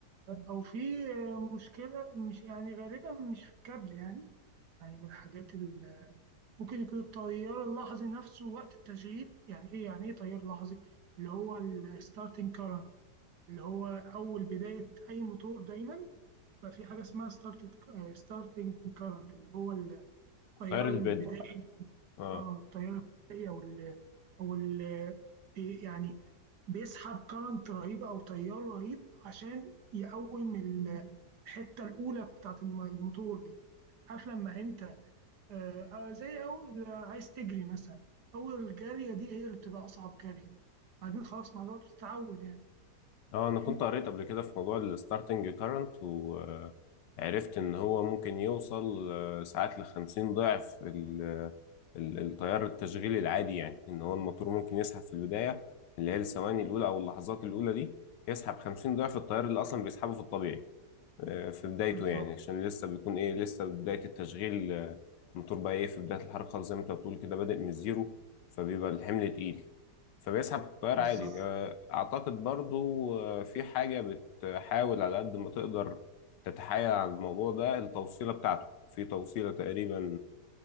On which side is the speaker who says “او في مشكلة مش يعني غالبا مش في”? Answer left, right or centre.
Right